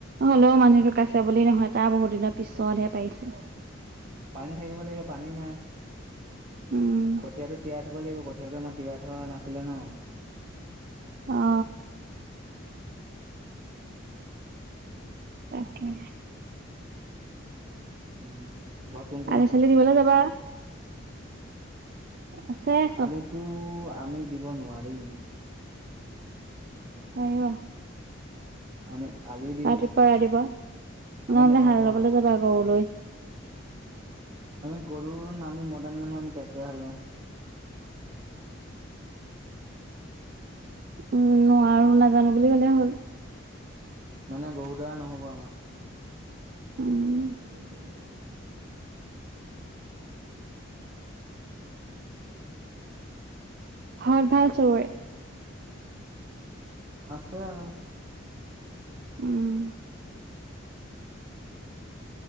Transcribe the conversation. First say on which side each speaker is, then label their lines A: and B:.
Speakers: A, on the right; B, on the right.
A: হ'লেও মানুহ ঢোকাইছে বুলি নহয় তাৰ বহুত দিনৰ পিছতহে পাৰিছে।
B: পানী থাকিব লাগিব পানী নাই।
A: উম
B: কঠীয়াটো তিয়াই থব লাগিব কঠীয়াটো আমাৰ তিয়াই থোৱা নাছিলে ন।
A: অ। তাকে।
B: উম। ঘৰত কোন কোন
A: আলি-চালি
B: আছে?
A: দিবলে যাবা। <inaudible> চব
B: আলিটো আমি দিব নোৱাৰিম।
A: পাৰিবা।
B: আমি আলিত
A: ৰাতিপুৱা ৰাতিপুৱা। নহ'লে
B: নাথাকো
A: হাল বাবলে
B: আৰু
A: যাবা গৰু লৈ।
B: আমি গৰুৰ না আমি মডাৰ্ণ মানুহ আমি ট্ৰেক্টৰে হাল বাম।
A: উম, নোৱাৰো নেজানো বুলি ক'লেই হ'ল।
B: মানে গৰুৰ দ্বাৰা নহ'ব আমাৰ।
A: উম। ঘৰত ভাল চবৰে?
B: আছে আৰু।
A: উম।